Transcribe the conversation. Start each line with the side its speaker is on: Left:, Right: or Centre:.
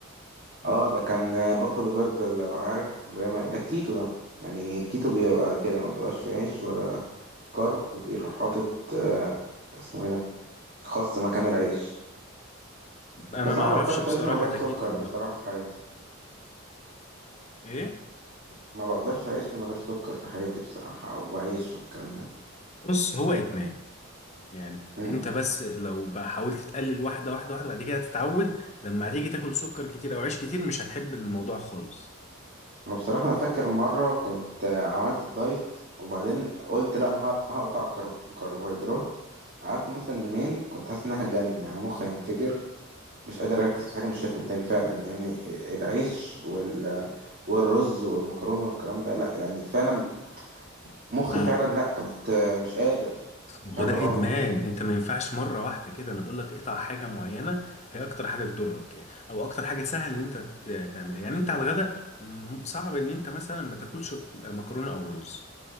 Right: اه ده كان بافلو برجر لو عارف بيعمل- ده الكيتو ده يعني الكيتو بيبقى كده ما بيبقاش فيه عيش ولا كرب وبيروح حاطط آه، اسمه ايه ده خس مكان العيش
Left: انا
Right: بس
Left: ما
Right: انا
Left: اعرفش
Right: ما بقدرش
Left: بصراحه
Right: اعيش من غير
Left: ده
Right: سكر
Left: كيتو ولا
Right: بصراحة
Left: لا
Right: في حياتي
Left: ايه
Right: ما بقدرش اعيش من غير سكر في حياتي بصراحة او عيش والكلام ده
Left: بص هو ادمان يعني
Right: امم
Left: انت بس لو بقى حاولت تقلل واحده واحده واحده بعد كده تتعود لما هتيجي تاكل سكر كتير او عيش كتير مش هتحب الموضوع خالص
Right: وبصراحة انا فاكر مرة كنت آه، عملت الدايت وبعدين قلت لا انا هر- هقطع كرب... كربوهيدرات قعدت مثلا يومين كنت حاسس ان انا هتجنن يعني أنا مخي هينفجر مش قادر اركز في حاجة مش شايف قدامي فعلا يعني العيش وال... والرز والمكرونة والكلام ده لا يعني فعلا مخي
Left: آه.
Right: فعلا لا كنت آه، مش قادر كان
Left: هو
Right: في حاجة
Left: ده
Right: غلط
Left: ادمان انت ما ينفعش مره واحده كده انا بقول لك اقطع حاجه معينه هي اكتر حاجه تضرك يعني او اكتر حاجه سهل ان انت ت- تعملها يعني انت على الغدا م- صعب ان انت مثلا ما تاكلش مكرونه او رز